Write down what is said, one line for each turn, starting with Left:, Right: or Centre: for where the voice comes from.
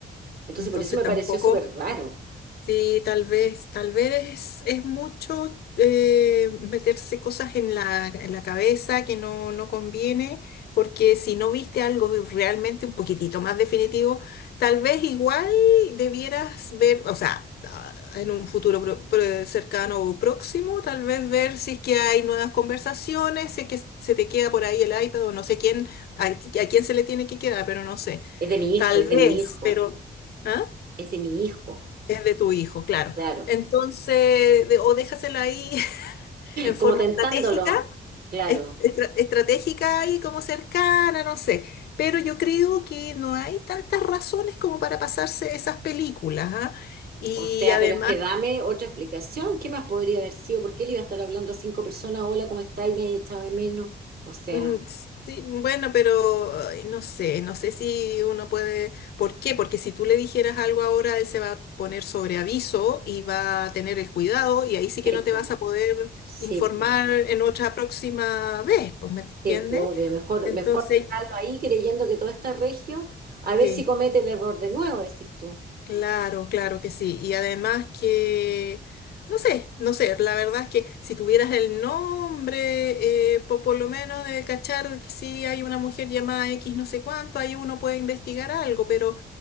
Right: Entonces
Left: Entonces
Right: por eso me
Left: tampoco,
Right: pareció súper raro.
Left: Sí, tal vez, tal vez es es mucho eh, meterse cosas en la, en la cabeza que no, no conviene, porque si no viste algo realmente un poquitito más definitivo, tal vez igual debieras ver, o sea, a- en un futuro pro- pro- cercano o próximo, tal vez ver si es que hay nuevas conversaciones, si es que se te queda por ahí el iPad o no sé quién, a, a quién se le tiene que quedar, pero no sé,
Right: Es de mi
Left: tal
Right: hijo, es de
Left: vez,
Right: mi hijo,
Left: pero... ¿ah?
Right: es de mi hijo,
Left: Es de tu hijo, claro.
Right: claro.
Left: Entonces, de- o déjasela ahí <laughs> en
Right: como
Left: forma
Right: tentándolo,
Left: estratégica,
Right: claro.
Left: est- estra- estratégica y como cercana, no sé. Pero yo creo que no hay tantas razones como para pasarse esas películas, ¿ah? Y
Right: O sea,
Left: además,
Right: pero es que dame otra explicación. ¿Qué más podría haber sido? ¿Por qué le iba a estar hablando a cinco personas? Hola, ¿cómo está? Y me he echado de menos. O sea,
Left: Mm, Sí, bueno, pero ay, no sé, no sé si uno puede. ¿Por qué? Porque si tú le dijeras algo ahora, él se va a poner sobre aviso y va a tener el cuidado y ahí sí que
Right: sepo,
Left: no te vas a poder
Right: sepo,
Left: informar en otra próxima vez, pues, ¿me
Right: sepo,
Left: entiendes?
Right: obvio. Mejor,
Left: Entonces,
Right: mejor dejarlo ahí creyendo que todo está regio, a ver
Left: sí.
Right: si comete el error de nuevo, decís tú.
Left: Claro, claro que sí. Y además que, no sé, no sé, la verdad es que si tuvieras el nombre, eh, po- por, lo menos de cachar que si hay una mujer llamada X no sé cuánto, ahí uno puede investigar algo, pero